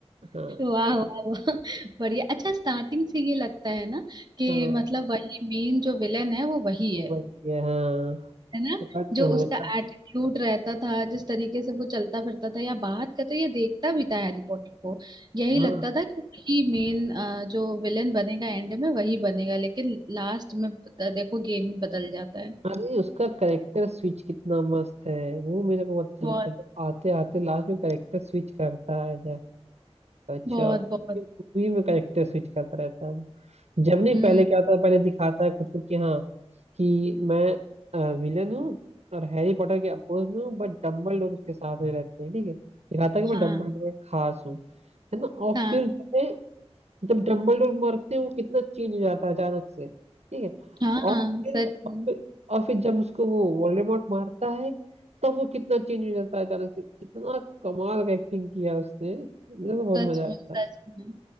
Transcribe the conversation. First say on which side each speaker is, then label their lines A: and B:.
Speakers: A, on the right; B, on the right.
A: हाँ
B: वाह वाह वाह बढ़िया अच्छा स्टार्टिंग से ये लगता है ना कि
A: हाँ
B: मतलब वही मेन जो विलेन है वो वही
A: तो
B: है
A: वही है हाँ
B: है ना
A: बट
B: जो
A: होता
B: उसका एटीट्यूड रहता था जिस तरीके से वो चलता फिरता था या बात करता या देखता भी था हैरी पॉटर को यही
A: हाँ
B: लगता था कि वही मेन जो विलेन बनेगा एंड में वही बनेगा लेकिन लास्ट में ब- देखो गेम ही बदल जाता है
A: अरे उसका करेक्टर स्विच कितना मस्त है वो मेरे को बहुत अच्छा
B: बहुत
A: लगता है जब आते आते लास्ट में करेक्टर स्विच करता है जब अच्छा
B: बहुत बहुत
A: मूवी में करेक्टर स्विच करता रहता है वो। जब नहीं
B: हम्म
A: पहले क्या होता है पहले दिखाता है खुद को कि हाँ कि मैं विलन हूँ और हैरी पॉटर के अपोज में हूँ बट डम्बल डोर उसके साथ में रहते हैं ठीक है दिखाता है कि मैं
B: हाँ
A: डम्बल डोर खास हूँ है ना और
B: हाँ
A: फिर जो है जब डम्बलडोर मरते हैं वो कितना चेंज हो जाता है अचानक से ठीक है
B: हाँ
A: और फिर
B: सच में।
A: और फिर और फिर जब उसको वो वोल्डेमॉर्ट मारता है तब वो कितना चेंज हो जाता है अचानक से कितना कमाल का एक्टिंग किया उसने मुझे तो बहुत
B: सच
A: मजा आया
B: में सच
A: था
B: में